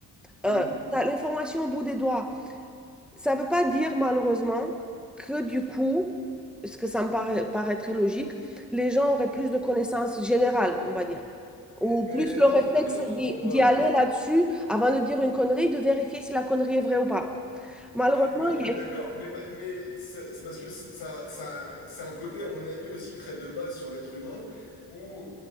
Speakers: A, on the left (about 75°); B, in the centre.
A: Mhm.
B: Euh, tu l'information au bout des doigts. Ça ne veut pas dire malheureusement que du coup, ce que ça me paraît, paraît très logique, les gens auraient plus de connaissances générales, on va dire. Ou
A: Mais
B: plus
A: non,
B: le réflexe
A: malheureusement
B: d'y
A: pas.
B: d'y
A: euh.
B: aller là-dessus avant de dire une connerie, de vérifier si la connerie est vraie ou pas. Malheureusement,
A: Mais
B: il
A: on
B: y
A: est
B: a-
A: d'accord. Mais, mais c'est c'est parce que c'est- ça, ça, c'est un côté, à mon avis, aussi très de base sur l'être humain, où